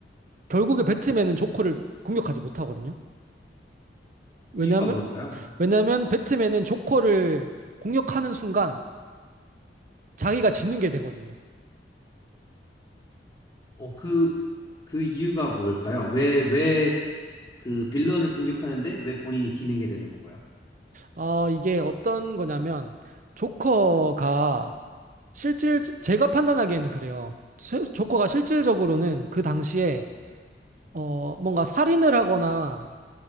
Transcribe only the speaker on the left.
이유가 뭘까요?
어, 그, 그 이유가 뭘까요? 왜, 왜 그 빌런을 공격하는데 왜 본인이 지는 게 되는 건가요?